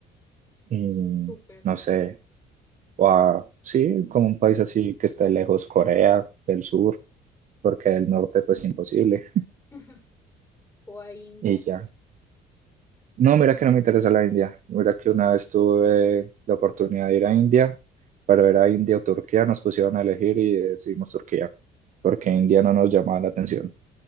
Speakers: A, on the right (about 50°); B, on the left (about 20°).
A: mm,
B: Súper.
A: no sé, o a, sí, como un país así que esté lejos, Corea del Sur, porque del norte pues imposible.
B: <laughs> O a India.
A: Y ya. No, mira que no me interesa la India. Mira que
B: No,
A: una vez tuve la oportunidad de ir a India, pero era India o Turquía, nos pusieron a elegir y decidimos Turquía, porque India no nos llamaba la atención.